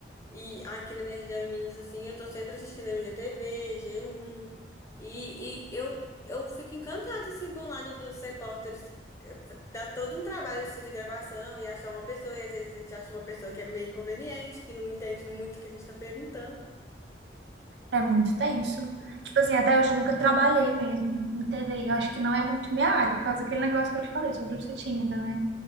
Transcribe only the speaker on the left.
E aqui na minha região em Minas, assim, eu tô sempre assistindo MGTV, G1. E, e eu, eu fico encantada, assim, com o lado dos repórteres. eh, fa- Dá todo um trabalho, assim, de gravação e achar uma pessoa. E às vezes a gente acha uma pessoa que é meio inconveniente, que não entende muito o que a gente tá perguntando.